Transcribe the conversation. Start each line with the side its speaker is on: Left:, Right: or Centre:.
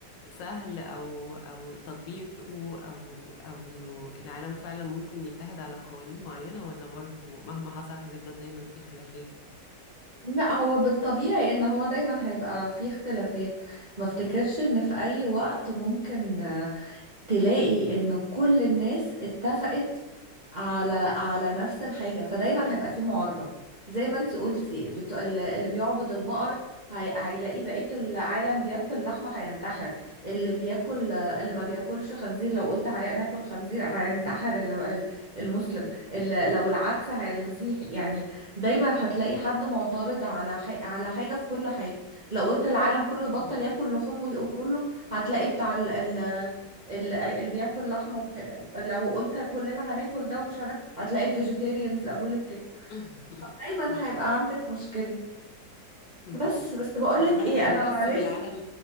Left: سهل او او تطبيقه او او انه العالم فعلا ممكن يتحد على قوانين معينة ولا برضو مهما حصل هنفضل دايما في خلافات
Right: لا هو بالطبيعي ان هو دايما هيبقى فيه اختلافات ما افتكرش ان في اي وقت ممكن آه، تلاقي ان كل الناس اتفقت على على نفس الحاجة فدايما هيبقى في معارضة زي ما انت قلتي بتو... ال- اللي بيعبد البقر هي... هيلاقي بقية العالم بياكل لحمة هينتحر اللي بياكل اللي
Left: مم.
Right: ما بياكلش خنزير لو قلت هي... ناكل خنزير هينتحر ال- ال- المسلم ال... لو العكس هي المسيحي يعني دايما هتلاقي حد معترض على ح... على حاجة في كل حاجة لو قلت العالم كله يبطل
Left: مم.
Right: ياكل لحوم وكله هتلاقي بتاع ال... ال... اللي, اللي بياكل لحمه وكده لو قلت كلنا هناكل ده ومش هناكل هتلاقي الفيجيتيريانز قالوا لك كده
Left: <laughs>
Right: فدايما
Left: مم.
Right: هيبقى عندك مشكله
Left: مم.
Right: بس بس بقول
Left: انا
Right: لك
Left: صحيح
Right: ايه
Left: ان
Right: انا
Left: نقسم
Right: معلش
Left: العالم